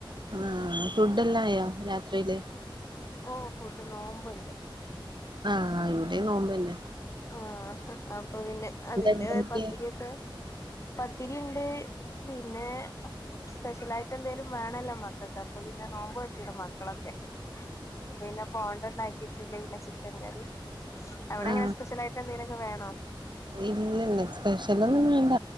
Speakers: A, on the right; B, on the left.
A: ആഹ ഫുഡ് എല്ലയോ രാത്രിയില്
B: ഓ ഫുഡ് നോമ്പ്ണ്ട്
A: ആഹ് ഇവിടെ നോമ്പോന്നെ
B: ആഹ അപ്പൊ പിന്നെ അതിന്റെ
A: ഇണ്ടാക്കിയെ
B: പത്തിരി ഒക്കെ പത്തിരി ഉണ്ട് പിന്നെ സ്പെഷ്യലായായിട്ട് എന്തേലും. വേണേല്ലോ മക്കക്ക് അപ്പം പിന്നെ നോമ്പററിക്ണ് മക്കളൊക്കെ പിന്നെ പോണ്ടാ ഉണ്ടാക്കിട്ട് പിന്നെ ചിക്കൻ കറി അവിടെ
A: ആാ
B: അങ്ങനെ സ്പെഷ്യൽ ആയിട്ട് എന്തെങ്കിലുമൊക്കെ വേണോ
A: ഇല്ല ഇല്ല സ്പെഷ്യലൊന്നും വേണ്ട